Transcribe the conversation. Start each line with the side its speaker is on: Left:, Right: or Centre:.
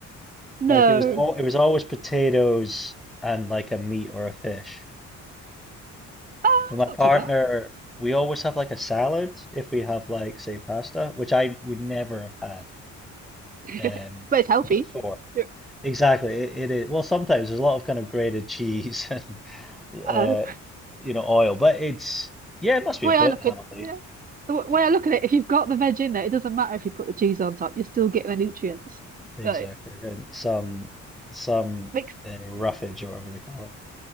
Right: no,
Centre: Like it was all it was always potatoes and like a meat or a fish.
Right: oh,
Centre: But
Right: it's not
Centre: my partner,
Right: too bad.
Centre: we always have like a salad if we have like say pasta, which I would never have had
Right: <laughs>
Centre: um
Right: But it's healthy.
Centre: before.
Right: You're,
Centre: Exactly. It, it is. Well, sometimes there's a lot of kind of grated cheese <laughs> and
Right: uh,
Centre: uh,
Right: the
Centre: you know oil, but it's yeah, it must be
Right: way
Centre: a bit
Right: I look
Centre: healthy.
Right: at yeah, the w- way I look at it, if you've got the veg in there, it doesn't matter if you put the cheese on top. You're still getting the nutrients.
Centre: Exactly.
Right: Like,
Centre: And some some
Right: makes
Centre: uh, roughage or whatever they call it.